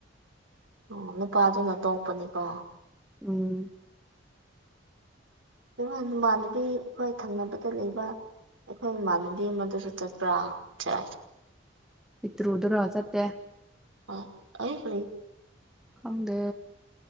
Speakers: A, on the right (about 80°); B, in the centre.
A: ꯑꯣ ꯅꯨꯄꯥꯗꯨꯅ ꯇꯣꯛꯄꯅꯤꯀꯣ
B: ꯎꯝ
A: ꯑꯣ ꯅꯃꯥꯟꯅꯕꯤ ꯑꯩꯈꯣꯏ ꯊꯪꯅꯕꯗ ꯂꯩꯕ ꯑꯩꯈꯣꯏ ꯏꯃꯥꯟꯅꯕꯤ ꯑꯃꯗꯨꯁꯨ ꯆꯠꯄ꯭ꯔꯥ ꯏ ꯎꯆꯦ
B: ꯄꯤꯛꯇꯔꯨ ꯗꯨꯔꯣ ꯆꯠꯇꯦ
A: ꯑ ꯑꯩ <inaudible>
B: ꯈꯪꯗꯦ